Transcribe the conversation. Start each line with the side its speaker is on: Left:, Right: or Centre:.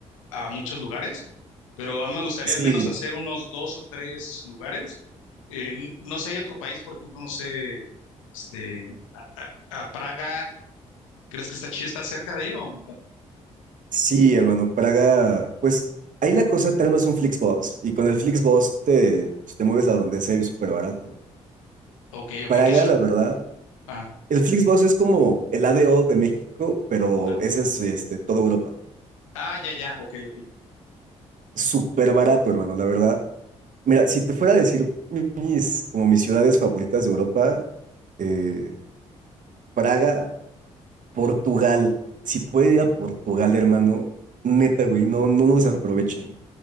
Left: a muchos lugares, pero a mí me gustaría
Right: Sí,
Left: al menos hacer unos dos o tres lugares. En- no sé, hay otro país, por ejemplo, no sé, este, a, a- a Praga, ¿crees que está chido? ¿Está cerca de ahí o no? tanto?
Right: Sí, hermano, Praga, pues ahí la cosa te armas un Flixbus y con el Flixbus te, pues, te mueves a donde sea y súper barato.
Left: Ok, ok,
Right: Praga,
Left: ¿qué son?
Right: la verdad,
Left: Ah,
Right: el Flixbus es como el ADO de México, pero
Left: ah,
Right: ese es este, toda Europa.
Left: ah, ya, ya, ok, ok.
Right: Súper barato, hermano, la verdad. Mira, si te fuera a decir mis, como mis ciudades favoritas de Europa, eh, Praga, Portugal. Si pueden ir a Portugal, hermano, neta, güey, no, no nos aprovechen.